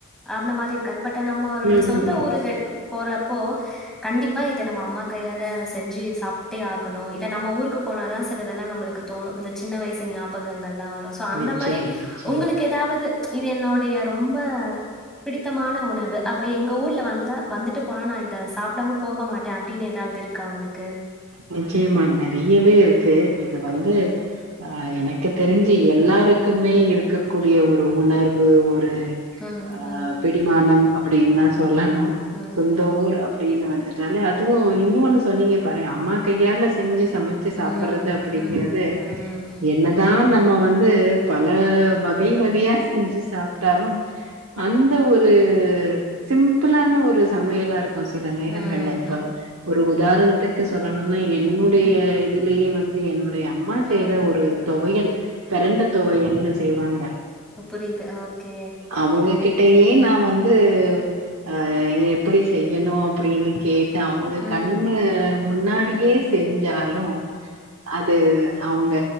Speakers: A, in the centre; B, on the right.
A: அந்த மாரி இருக்காது பட் நம்மளோட
B: ம்
A: சொந்த
B: ம் ம்
A: ஊருக்கு போறப்போ கண்டிப்பா இத நம்ம அம்மா கையால செஞ்சி சாப்டேஆகணோ இல்ல நம்ம ஊருக்கு போனா தா சிலதெல்லா நம்பளுக்கு தோணு இந்த சின்ன வயசு ஞாபகங்கள்லா வரு சோ அந்த
B: நிச்சயம்
A: மாரி
B: நிச்சயம்
A: உங்களுக்கு ஏதாவது இது என்னோடைய ரொம்ப பிடித்தமான உணவு அப்ப எங்க ஊர்ல வந்து வந்துட்டு போனா நா இத சாப் டாம போக மாட்டே அப்டின்னு ஏதாவது இருக்கா உங்களுக்கு
B: நிச்சயமா நெறியவே இருக்கு இது வந்து ஆ எனக்கு தெரிஞ்சி எல்லாருக்குமே இருக்க கூடிய ஒரு உணர்வு ஒரு
A: ம்,
B: அ ஆ
A: ம்,
B: பிடிமானம் அப்டின் தா சொல்லனும்
A: ம்.
B: சொந்த ஊர் அப்டீன்னு வந்துட்டாலே அதுவு இன்னோன்னு சொன்னீங்க பாருங்க அம்மா இது ஏன்டா செஞ்சு சமைச்சு சாப்டுறது
A: ம்,
B: அப்டிங்கறது
A: ம், ம், ம்,
B: என்னதா நம்ம வந் ந்து பல வகை வகையா செஞ்சு சாப்ட்டாலும் அந்த ஒரு சிம்பிளான ஒரு சமையலார் ஒரு சில நேரங்கள்ல
A: ம்,
B: இப்ப ஒரு உதாரணத்துக்கு சொல்லணும்னா என்னுடைய
A: ம்,
B: இதுலயே வந் து என்னுடைய அம்மா
A: ம்,
B: செய்த ஒரு தொவயல் பெரண்ட தொவையல்னு செய்வாங்க
A: புரிது ஓகே
B: அவங்ககிட்டயே நான் வந்து ஆ எப்டி செய்யணும் அப்டின்னு கேட்டு அவுங்க
A: ம்.
B: கண்ணு முன்னாடியே செஞ்சாலும் அது அவுங்க